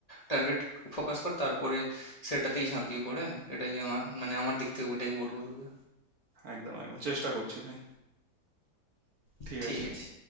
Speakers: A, on the left (about 30°); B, on the right (about 55°).
A: টার্গেট ফোকাস কর তারপরে সেটাতেই ঝাঁপিয়ে পড়ে হ্যাঁ? এটাই আমার মানে আমার দিক থেকে ওটাই বলবো তোকে
B: একদম একদম চেষ্টা করছি ভাই ঠিক
A: ঠিক
B: আছে
A: আছে